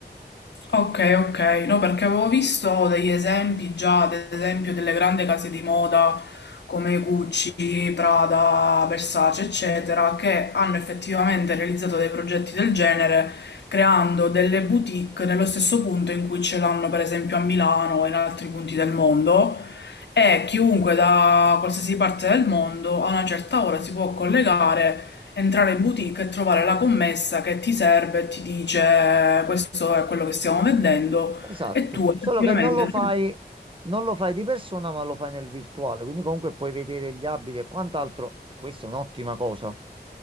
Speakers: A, on the left; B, on the right.
A: Ok, ok. No, perché avevo visto degli esempi già, ad esempio, delle grandi case di moda come Gucci, Prada, Versace, eccetera, che hanno effettivamente realizzato dei progetti del genere creando delle boutique nello stesso punto in cui ce l'hanno, per esempio, a Milano e in altri punti del mondo. e chiunque da qualsiasi parte del mondo a una certa ora si può collegare, entrare in boutique e trovare la commessa che ti serve e ti dice questo è quello che stiamo vendendo
B: Esatto,
A: e tu effettivamente...
B: solo che non lo fai, non lo fai di persona, ma lo fai nel virtuale, quindi comunque puoi vedere gli abiti e quant'altro, e questa è un'ottima cosa,